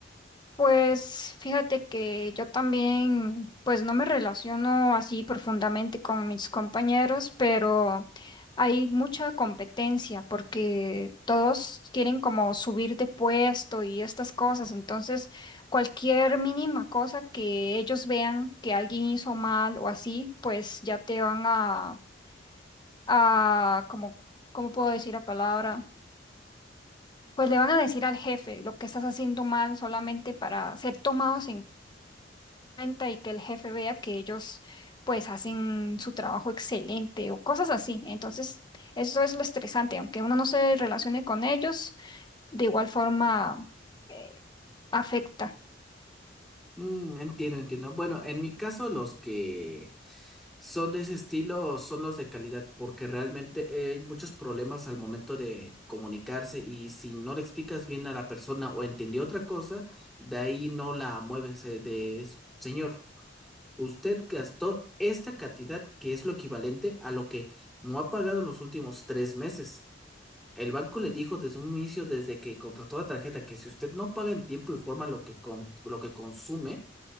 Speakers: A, on the left; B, in the centre.
A: Pues fíjate que yo también, pues no me relaciono así profundamente con mis compañeros, pero hay mucha competencia porque todos quieren como subir de puesto y estas cosas. Entonces, cualquier mínima cosa que ellos vean que alguien hizo mal o así, pues ya te van a, a como, ¿cómo puedo decir la palabra? Pues le van a decir al jefe lo que estás haciendo mal solamente para ser tomados en cuenta y que el jefe vea que ellos pues hacen su trabajo excelente o cosas así. Entonces, eso es lo estresante, aunque uno no se relacione con ellos, de igual forma eh, afecta.
B: Mm, entiendo, entiendo. Bueno, en mi caso los que son de ese estilo son los de calidad, porque realmente hay muchos problemas al momento de comunicarse y si no le explicas bien a la persona o entendió otra cosa, de ahí no la mueves eh, de señor. Usted gastó esta cantidad que es lo equivalente a lo que no ha pagado en los últimos tres meses. El banco le dijo desde un inicio, desde que contrató la tarjeta, que si usted no paga en tiempo y forma lo que, con- lo que consume,